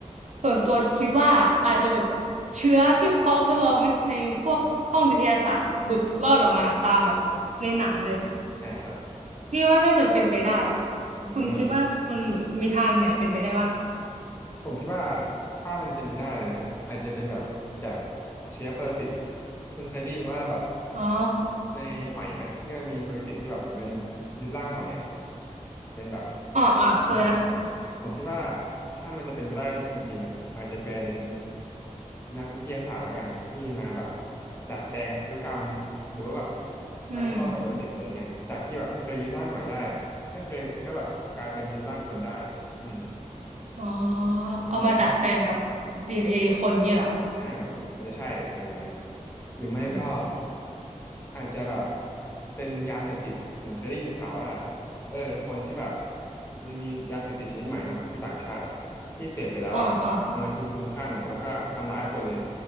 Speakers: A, on the right; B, on the left.
A: ส่วนตัวคิดว่าอาจจะแบบเชื้อที่เขาทดลองไหมในพวกห้องวิทยาศาสตร์แบบหลุดรอดออกมาตามแบบในหนังเลย
B: อ่าอ่าครับ
A: นี่ว่าน่าจะเป็นไปได้
B: อืม
A: คุณคิดว่ามันแบบมีทางไหนเป็นไปได้บ้าง
B: ผมคิดว่าถ้ามันเป็นไปได้เลยนะอาจจะเป็นแบบจากเชื้อปรสิตคุณเคยได้ยินว่าแบบ
A: อ๋อ
B: ในหอยไหมที่มันมีปรสิตที่แบบมันยึดร่างหอยอ่ะเป็นแบบ
A: อ๋ออ่าเคยนะ
B: อ่าอ่าอ่าผมคิดว่าถ้ามันจะเป็นไปได้จริงๆอ่ะอาจจะเป็นนักวิทยาศาสตร์แล้วกันที่มาแบบดัดแปลงพฤติกรรมหรือว่าแบบไปทดลองกับปรสิตอะไรเงี้ยจากที่แบบเคยยึดร่างหอยได้
A: อืม
B: ก็เคยก็แบบกลายเป็นยึดร่างคนได้อืม
A: อ๋อ
B: หรือไม่
A: เอามาดัดแปลงกับ DNA คนเงี้ยเหรอ
B: อ่าแบบอาจจะใช่อะไรอย่างนั้นหรือไม่ก็
A: อืม
B: อาจจะแบบเป็นยาเสพติดผมเคยได้ยินข่าวว่าเออคนที่แบบมันมียาเสพติดชนิดใหม่เนาะที่ต่างชาติอะที่เสพไปแล้วอะเอามันถูกคลุมคลั่งแล้วก็ทำร้ายคนเลย
A: อ๋ออ๋อ